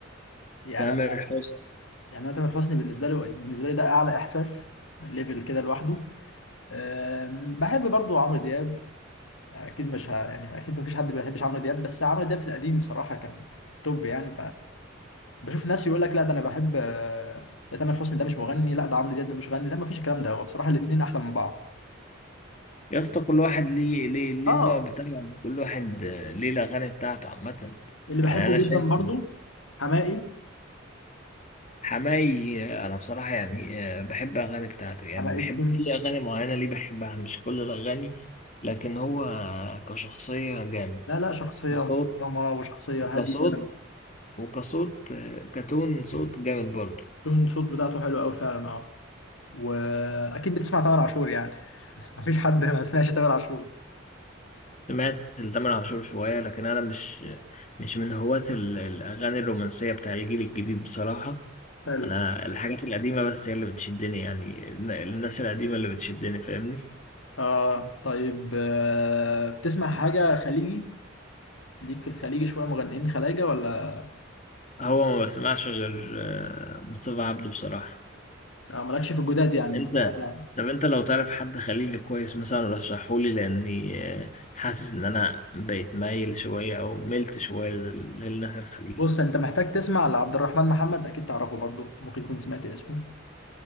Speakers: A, on the left; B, on the left.
A: يعني
B: تامر
A: أنا
B: حسني
A: يعني أنا تامر حسني بالنسبة لي بالنسبة لي ده أعلى إحساس ده ليفل كده لوحده آه، بحب برضو عمرو دياب أكيد مش ه... يعني أكيد مفيش حد ما بيحبش عمرو دياب بس عمرو دياب في القديم بصراحة كان توب يعني بشوف ناس يقول لك لا ده انا بحب آه، ده تامر حسني ده مش مغني لا ده عمرو دياب ده مش مغني لا مفيش الكلام ده هو بصراحه الاثنين احلى من بعض
B: يا اسطى كل واحد ليه ليه ليه
A: اه
B: النوع بتاعه كل واحد آه، ليه الاغاني بتاعته عامة
A: اللي
B: يعني
A: بحبه
B: انا شايف
A: جدا برضو
B: إن
A: حماقي
B: حماي آه، انا بصراحة يعني آه، بحب اغاني بتاعته يعني
A: حماقي
B: بحب
A: تون
B: في اغاني معينة ليه بحبها مش كل الاغاني لكن هو آه، كشخصية جامد
A: لا لا شخصية
B: كصوت
A: محترمة وشخصية
B: كصوت
A: هادية
B: وكصوت آه، كتون صوت جامد برضه
A: تون صوت بتاعته حلو قوي فعلا اه وأكيد بتسمع تامر عاشور يعني <laughs> مفيش حد ما سمعش تامر عاشور
B: سمعت لتامر عاشور شوية لكن أنا مش مش من هواة ال- الأغاني الرومانسية بتاع الجيل الجديد بصراحة
A: حلو
B: أنا الحاجات القديمة بس هي اللي بتشدني يعني الن- الناس القديمة اللي بتشدني فاهمني
A: اه طيب آه بتسمع حاجة خليجي ليك في الخليجي شوية مغنيين خلايجة ولا
B: هو ما بسمعش غير آه، مصطفى عبده بصراحة
A: آه مالكش في الجداد يعني
B: أنت
A: آه.
B: طب أنت لو تعرف حد خليجي كويس مثلا رشحهولي لأني آه، حاسس إن أنا بقيت مايل شوية أو ملت شوية لل- للناس الخليج
A: بص انت محتاج تسمع لعبد الرحمن محمد اكيد تعرفه برضو ممكن تكون سمعت اسمه